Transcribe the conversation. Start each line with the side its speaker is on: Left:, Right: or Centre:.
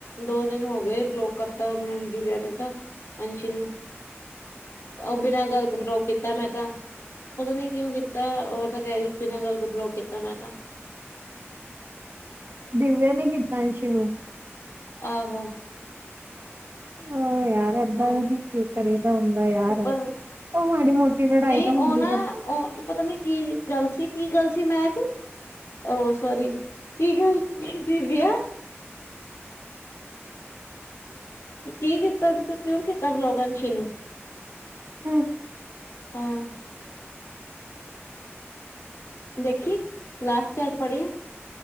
Left: ਦੋ ਦਿਨ ਹੋ ਗਏ ਬਲੋਕ ਕਰ ਬਲੌਕ ਕੀਤਾ ਦੀਵੇਆ ਨੇ ਤਾਂ ਐਸ਼ੀ ਨੂੰ, ਓ ਬਿਨਾਂ ਗਲ ਬਲੌਕ ਕੀ ਤਾ, ਮੈਂ ਤਾਂ, ਪਤਾ ਨੀਂ ਕਿਉਂ ਕੀਤਾ, ਓ ਤਾਂ ਕੇਹ ਰਈ ਬਿਨਾਂ ਗੱਲ ਤੋਂ ਬਲੌਕ ਕੀਤਾ ਮੈਂ ਤਾਂ
Right: ਦਿਵੇਆਂ ਨੇ ਕੀਤਾ ਐਂਸ਼ੀ ਨੂੰ?
Left: ਆਹੋ।
Right: ਓ ਯਾਰ ਏਦਾਂ
Left: ਆਹ
Right: ਈ ਨੀਂ, ਕਰੀਦਾ ਹੁੰਦਾ ਯਾਰ
Left: ਪਰ
Right: ਓ ਮਾੜੀ ਮੋਟੀ ਲੜਾਈ
Left: ਨਹੀਂ
Right: ਤਾਂ ਹੁੰਦੀ
Left: ਉਹ ਨਾ
Right: ਰੈਂਦੀ।
Left: ਉਹ ਪਤਾ ਨੀ ਕੀ ਗੱਲ ਸੀ, ਕੀ ਗੱਲ ਸੀ ਮੈਹਕ। ਓ, ਸੋਰੀ ਕੀ ਗੱਲ ਸੀ ਦਿਵੇਆ? ਕੀ ਕੀਤਾ, ਤੂੰ ਕਿਉਂ ਕੀਤਾ ਬਲੌਕ ਅੰਸ਼ੀ ਨੂੰ?
Right: ਹੂੰ
Left: ਹਾਂ। ਦੇਖੀ, ਲਾਸਟ ਚੈਟ ਪੜੇਆ?